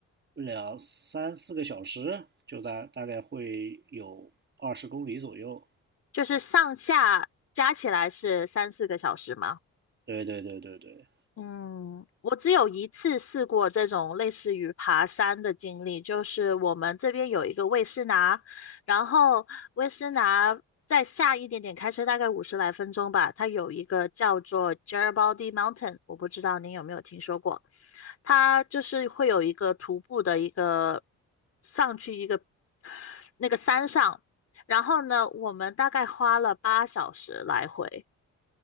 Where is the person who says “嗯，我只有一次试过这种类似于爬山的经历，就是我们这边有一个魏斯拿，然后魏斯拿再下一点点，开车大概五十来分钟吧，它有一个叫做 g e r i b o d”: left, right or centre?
Left